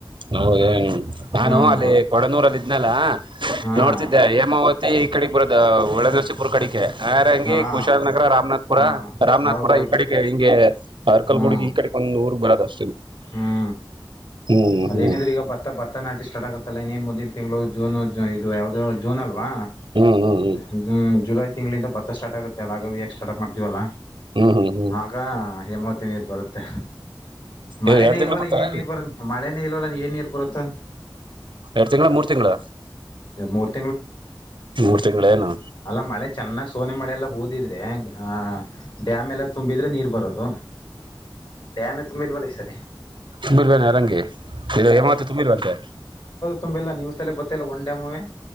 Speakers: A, on the right; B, on the left.
A: ಹೌ ನಾನು
B: ಹಾಂ
A: ಅಲ್ಲಿ ಕೊಡನೂರಲ್ಲ ಇದ್ನಲ್ಲಾ
B: ಹಾಂ
A: ನೋಡ್ತಿದ್ದೆ ಹೇಮ ಅವತ್ ಮ ಈ ಕಡೆ ಬರದ ಒಳ್ಳೆ ದಿವಸಿ ಪುರ್ ಕಡೆಕೆ ಹಾರಂಗಿ
B: ಹಾಂ
A: ಕುಶಾಲ ನಗರ ರಾಮನಾಥ್ಪುರ
B: ಹಾಂ
A: ರಾಮನಾಥ್ಪುರ
B: ಹೌದೌದು
A: ಈ ಕಡೆಗೆ ಹಿಂಗೆ ಅರ್ಕಲ್
B: ಹ್ಞೂ
A: ಗುಡ್ಗಿ ಈ ಕಡೆ ಒಂದ್ ಊರಗ ಬರದ ಅಷ್ಟೇ
B: ಹ್ಞೂ
A: ಹ್ಮ್
B: ಅದೇನಿದ್ರೆ
A: ಹ್ಮ್
B: ಈಗ ಭತ್ತ ಭತ್ತ ನಾಟಿ ಸ್ಟಾರ್ಟ್ಗುತ್ತಲ್ಲ ಇನ್ನೇನ್ ಮುಂದಿನ ತಿಂಗಳು ಜೂನ್ ಇದು ಯಾವದೋ ಜೂನ್ ಅಲ್ವಾ
A: ಹ್ಮ್ ಹ್ಮ್ ಹ್ಮ್
B: ಹ್ಮ್ ಜುಲೈ ತಿಂಗಳಿಂದ ಭತ್ತ ಸ್ಟಾರ್ಟ್ ಆಗುತ್ತೆ ಅಲ್ಲಗ ಯಾಕ ಸಾರ್ಟ್ಪ್ ಮಾಡತೀವಲ್ಲ.
A: ಹ್ಮ್ ಹ್ಮ್ ಹ್ಮ್
B: ಆಗ ಹೇಮಾವತಿ ನೀರು ಬರುತ್ತೆ. ಮಳೆನೇ
A: ಏ ಎರಡ್ ತಿಂಗಳು
B: ಇಲ್ವಲ್ಲ
A: ಬಿಡ್ತಾರ
B: ಏನ್ ನೀರ್ ಬರು ಮಳೆನೇ ಇಲ್ವಲ್ಲ ಏನ್ ನೀರ್ ಬರುತ್ತೆ.
A: ಎರಡು ತಿಂಗಳ ಮೂರ್ ತಿಂಗಳ
B: ಮೂರ್
A: ಮೂರ್ ತಿಂಗಳ ಏನು
B: ಅಲ್ಲಾ ಮಳೆ ಚೆನ್ನಾಗ್ ಸೋನೆ ಮಳೆಲ್ಲಾ ಹೋದಿದ್ರೆ ಹ ಡ್ಯಾಮ್ ಎಲ್ಲ ತುಂಬಿದ್ರೆ ನೀರ್ ಬರೋದು ಡ್ಯಾಮ್ ತುಂಬಿಲ್ವಲ ಇ ಸರಿ
A: ತುಂಬಿರ್ವೇನೆ ಅರಂಗಿ ಇ ಹೇಮಾವತಿ ತುಂಬಿರ್ರುವಂತೆ
B: ತುಂಬಿಲ್ಲಾ ನ್ಯೂಸ್ ಲ್ಲಿ ಬತ್ತಿಲ್ಲ ಒನ್ ಡ್ಯಾಮ್ ಮೂವೆ